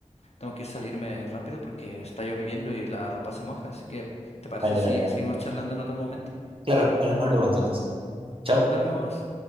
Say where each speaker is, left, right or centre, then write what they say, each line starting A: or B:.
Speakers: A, on the left (about 55°); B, on the right (about 45°).
A: tengo que salirme rápido porque está lloviendo y la ropa se moja. Así que, ¿te parece
B: Vale,
A: si
B: vale, vale.
A: seguimos charlando en otro momento?
B: Claro, hablamos luego entonces. Chau.
A: Nos vemos.